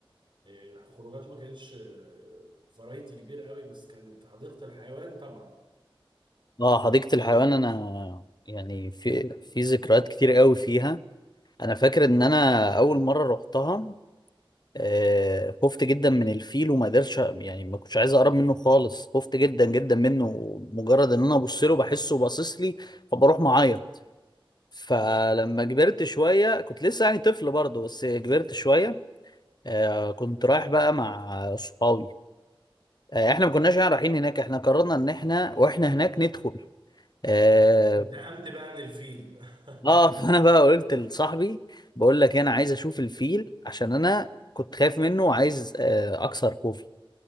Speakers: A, on the right; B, on the left.
A: يعني خروجات ما كانتش فرايتي كبير قوي بس كانت حديقة الحيوان طبعا
B: اه حديقة الحيوان انا يعني في في ذكريات كتير قوي فيها انا فاكر ان انا اول مرة رحتها آه خفت جدا من الفيل وما قدرتش يعني ما كنتش عايز اقرب منه خالص خفت جدا جدا منه مجرد ان انا ابص له بحسه باصص لي فبروح معايا فلما كبرت شوية كنت لسه يعني طفل برضه بس كبرت شوية آه، كنت رايح بقى مع صحابي آه، احنا ما كناش يعني رايحين هناك احنا قررنا ان احنا واحنا هناك ندخل اه
A: انتقمت بقى من الفيل
B: آه،
A: <laughs>
B: <laughs> فانا بقى قلت لصاحبي بقول لك انا عايز اشوف الفيل عشان انا كنت خايف منه وعايز آه، اكسر خوفي